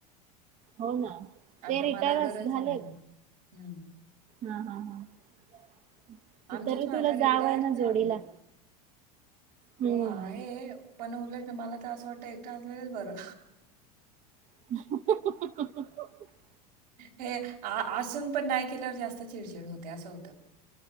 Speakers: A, on the right; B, on the right.
A: हो ना. ते
B: आता
A: रिटायरच
B: मला गरज
A: झालेत
B: नाही. हम्
A: हा हा हा
B: आमच्यात
A: तरी
B: पण
A: तुला
B: आता रिटायर
A: जाऊ आहे ना
B: झाले
A: जोडीला हम्म.
B: हो आहे, पण उलट मला तर असं वाटतं एकट असलेलंच बरं
A: <unintelligible>
B: हे असून पण नाही केल्यावर जास्त चिडचिड होते असं होतं.